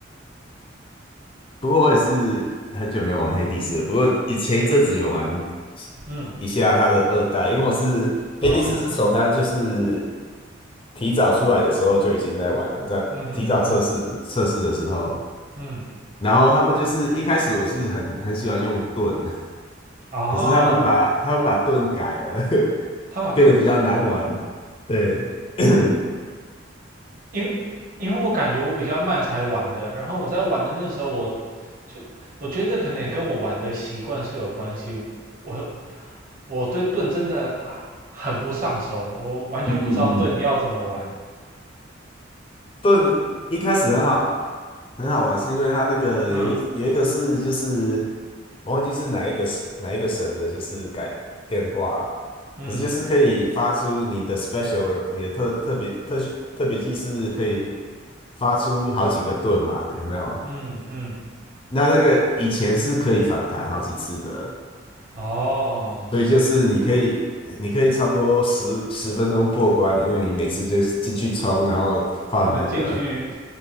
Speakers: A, on the left; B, on the right.
A: 不过我也是很久没有玩黑帝斯了，不过以前一阵子有玩
B: 嗯
A: 一下他的二代，因为我是黑帝斯是从他就是
B: 哦，
A: 提早出来的时候就已经在玩了，在提早测试测试的时候。
B: 嗯哼嗯哼嗯。
A: 然后他们就是一开始我是很很喜欢用盾，
B: 哦，
A: 可是他们把他们把盾改了，<laughs>
B: 他把盾改了，
A: 变得比较难玩。对，<clears throat> 嗯
B: 嗯，因为因为我感觉我比较慢才玩的，然后我在玩的那时候我，就我觉得可能也跟我玩的习惯是有关系，我我对盾真的啊很不上手，我完全不知道盾要怎么玩，
A: 嗯嗯，盾一开始很好很好玩，是因为它那个有一有一个是就是
B: 嗯
A: 我忘记是哪一个神哪一个神的，就是改变化，
B: 嗯
A: 可是就是可以发出你的 special 你的特特别特许特别技是可以发出好几个盾嘛，有没有？
B: 嗯嗯，
A: 那那个以前是可以反弹好几次的，
B: 哦，
A: 所以就是你可以，你可以差不多十十分钟过关，因为你每次就是进去冲，然后放那个，
B: 反正进去